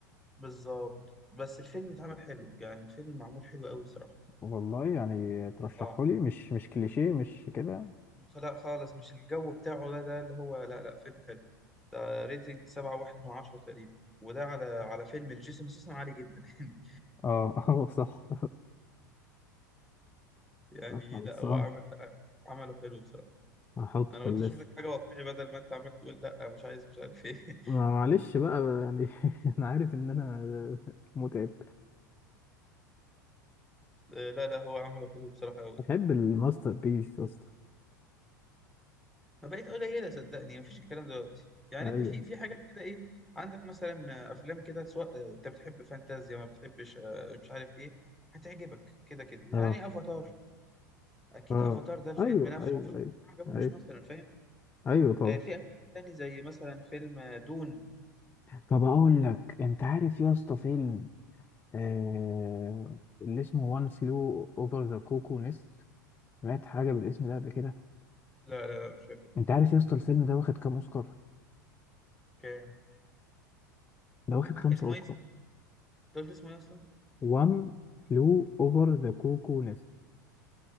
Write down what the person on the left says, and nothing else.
والله يعني ترشحه
لي مش مش كليشيه مش كده
اه <laughs> اه صح
خلصان
هحطه
في
الليست
ما- معلش بقى بقى يعني <laughs> انا عارف ان انا متعب
بحب الماستر بيس يا اسطى
ايوه
اه
اه
ايوه
ايوه
ايوه
ايوه
ايوه طبعا
طب اقول لك انت عارف يا اسطى فيلم آه اللي اسمه وان فلو اوفر ذا كوكو نست سمعت حاجه بالاسم ده قبل كده
انت عارف يا اسطى الفيلم ده واخد كام اوسكار
ده واخد خمسة
اوسكار
وان فلو اوفر ذا كوكو نست